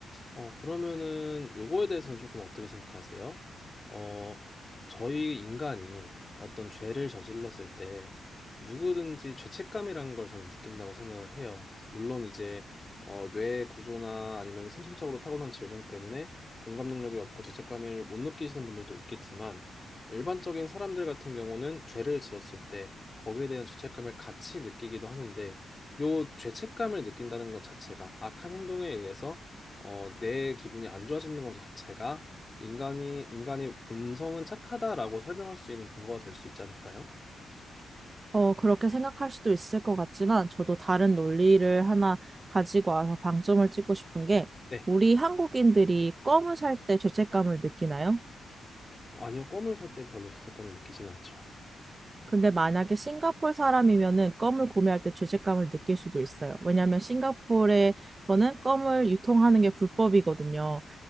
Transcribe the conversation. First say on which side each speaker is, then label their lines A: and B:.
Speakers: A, on the left (about 30°); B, on the right (about 35°).
A: 어, 그러면은 요거에 대해서는 조금 어떻게 생각하세요? 어, 저희 인간이 어떤 죄를 저질렀을 때 누구든지 죄책감이라는 걸 저는 느낀다고 생각을 해요. 물론 이제 어, 뇌 구조나 아니면 선천적으로 타고난 질병 때문에 공감 능력이 없고 죄책감을 못 느끼시는 분들도 있겠지만 일반적인 사람들 같은 경우는 죄를 지었을 때 거기에 대한 죄책감을 같이 느끼기도 하는데 요 죄책감을 느낀다는 것 자체가 악한 행동에 의해서 어, 내 기분이 안 좋아지는 것 자체가 인간이 인간의 본성은 착하다라고 설명할 수 있는 근거가 될 수 있지 않을까요?
B: 어, 그렇게 생각할 수도 있을 것 같지만, 저도 다른 논리를 하나 가지고 와서 방점을 찍고 싶은 게,
A: 네.
B: 우리 한국인들이 껌을 살 때 죄책감을 느끼나요?
A: 어, 아니요, 껌을 살 때 별로 죄책감을 느끼지는 않죠.
B: 근데 만약에 싱가포르 사람이면은 껌을 구매할 때 죄책감을 느낄 수도 있어요. 왜냐하면 싱가포르에서는 껌을 유통하는 게 불법이거든요.